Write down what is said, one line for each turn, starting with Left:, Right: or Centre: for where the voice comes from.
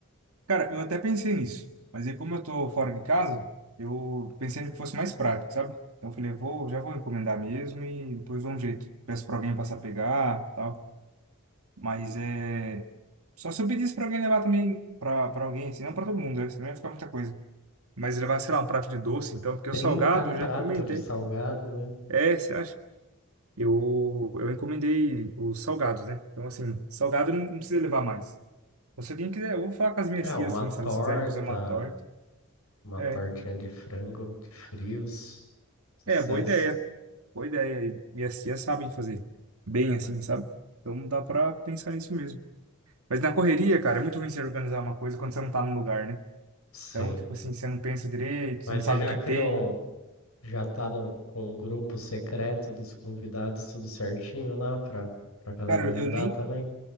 Right: cara, eu até pensei nisso, mas aí como eu tô fora de casa, eu pensei no que fosse mais prático, sabe? Então eu falei, eu vou, já vou encomendar mesmo e depois dou um jeito. Peço pra alguém passar a pegar, tal. Mas é só se eu pedisse pra alguém levar também pra para alguém, assim, não pra todo mundo, né? Senão ia ficar muita coisa. Mas levar, sei lá, um prato de doce, então, porque o
Left: trinta
Right: salgado eu já
Left: pratos
Right: encomendei.
Left: de salgado, né?
Right: É, você acha? Eu eu encomendei os salgados, né? Então assim, salgado não não precisa levar mais. Então, se alguém quiser, eu vou falar com as minhas
Left: É,
Right: tias
Left: uma
Right: assim, se
Left: torta,
Right: elas quiserem fazer uma torta.
Left: uma
Right: É,
Left: tortinha de frango, de frios, sucesso.
Right: É, boa ideia. Boa ideia. E minhas tias sabem fazer bem assim,
Left: Ah,
Right: sabe? Então dá pra pensar nisso mesmo. Mas na correria, cara, é muito ruim você organizar uma coisa quando você não tá no lugar, né?
Left: Sim.
Right: Então, tipo assim, você não pensa direito, você
Left: Mas
Right: não sabe
Left: você já
Right: o que
Left: criou,
Right: tem.
Left: um- já tá no, com o grupo secreto dos convidados, tudo certinho lá para para galera
Right: Cara,
Left: ajudar
Right: eu nem,
Left: também?